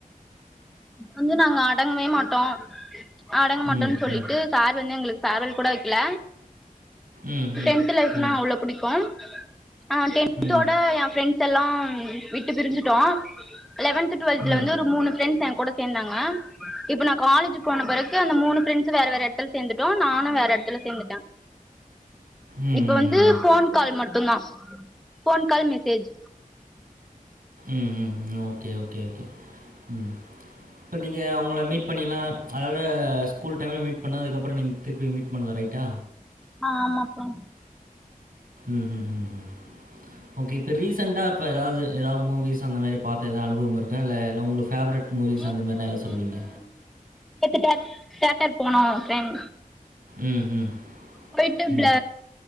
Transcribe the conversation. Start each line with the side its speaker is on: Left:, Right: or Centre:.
Centre: வந்து நாங் அடங்வே மாட்டோ அடங்
Right: ம்
Centre: மாட்டோன் சொல்லிட்டு
Right: ம் ம்
Centre: சார் வந்து எங்ளுக்கு ஃபேர்வல் கூட வக்கில
Right: ம் ம்
Centre: டென்த்து லைஃப்னா
Right: ம்
Centre: அவ்ளோ புடிக்கு அ டென்த்தோட
Right: ம்
Centre: ஏ ஃப்ரெண்ட் செல்லா விட்டு பிரிஞ்சிட்டோ லெவன்த்து டுவல்த்ல
Right: ம்
Centre: வந்து
Right: ம்
Centre: ஒரு மூணு ஃபிரண்ட்ஸ் ஏ கூட சேந்தாங்க இப்ப நா காலேஜு போன பெறகு கு அந்த மூணு ஃப்ரெண்ட்ஸ் வேற வேற எட்த்துல சேந்துட்டோ நானு வேற எட்த்துல சேந்துட்ட
Right: ம் ம்
Centre: இப்ப வந்து
Right: ம்
Centre: ஃபோன் கால் மட் டுதா ஃபோன் கால் மெசேஜ்
Right: ம் ம் ஓகே ஓகே ஓகே ம் ப்ப நீங்க அவுங்ள மீட் பண்ணிலா அதோட ஸ்கூல் டைம்ல் மீட் பண்ண அதுக்கப்புற நீங் திர்ப்பி மீட் பண்ல ரைட்டா
Centre: அ ஆமாப்பா
Right: ம் ம் ம் ம் ஓகே இப்ப ரீசண்டா இப்ப எதாவ்து எதா மூவிஸ் அந்த மேரி் பாத்த எதா அனுபவம் இருக்கா இல்ல எல்லா உங்ளுஃப் ஃபேவ்ரெட் மூவிஸ்
Centre: நேத்து
Right: அந்தமேர்னா எத சொல்வீங்க
Centre: நேத்து நேத்து டன் தேட்டர் போனோ ஃப்ரெண்
Right: ம் ம்
Centre: போயிட்டு
Right: ம்
Centre: ப்ள